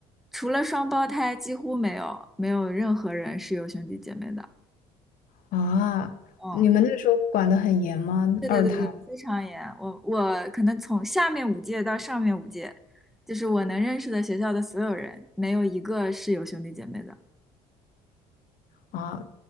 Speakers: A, in the centre; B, on the left (about 65°).
A: 除了双胞胎，几乎没有没有任何人是有兄弟姐妹的。
B: 啊，
A: 嗯，
B: 你们那时候管得很严吗？
A: 对对对对，
B: 二胎
A: 非常严。我我可能从下面五届到上面五届，就是我能认识的学校的所有人，没有一个是有兄弟姐妹的。
B: 啊，